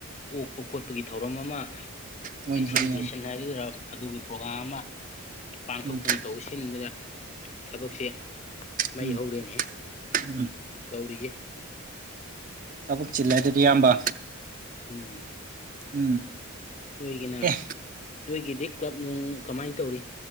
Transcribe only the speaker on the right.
ꯍꯣꯏꯅꯦ
ꯍꯣꯏꯅꯦ ꯏꯌꯥꯝꯕ
ꯎꯝ
ꯎꯝ
ꯎꯝ
ꯊꯕꯛ ꯆꯤꯜꯂꯦ ꯑꯗꯨꯗꯤ ꯏꯌꯥꯝꯕ
ꯎꯝ
ꯑꯦ